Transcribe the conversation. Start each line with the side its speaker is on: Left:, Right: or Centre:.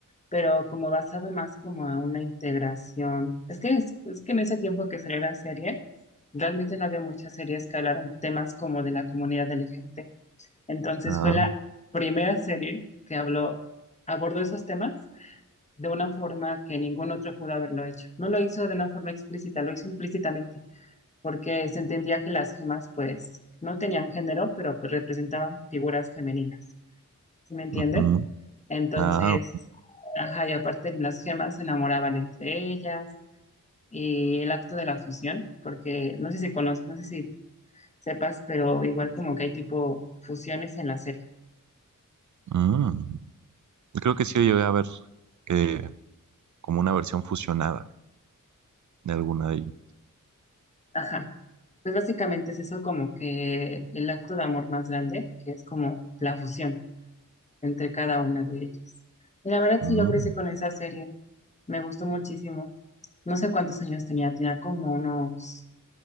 Left: pero como basado más como a una integración. Es que, es, es que en ese tiempo que salió la serie, realmente no había muchas series que hablaran temas como de la comunidad LGBT. Entonces
Right: Ah,
Left: fue la primera serie que habló, abordó esos temas de una forma que ningún otro pudo haberlo hecho. No lo hizo de una forma explícita, lo hizo implícitamente porque se entendía que las gemas pues no tenían género, pero pues representaban figuras femeninas, ¿sí me entiendes?
Right: ujú,
Left: Entonces,
Right: ah,
Left: ajá, y aparte las gemas se enamoraban entre ellas y el acto de la fusión, porque no sé si conoces, no sé si sepas, pero igual como que hay tipo fusiones en la serie.
Right: mm. Creo que sí yo llegué a ver eh, como una versión fusionada de alguna de ellas.
Left: Ajá. Pues básicamente es eso como que el acto de amor más grande, que es como la fusión entre cada una de ellas. Y la verdad sí,
Right: Mm,
Left: yo crecí con esa serie, me gustó muchísimo. No sé cuántos años tenía, tenía como unos,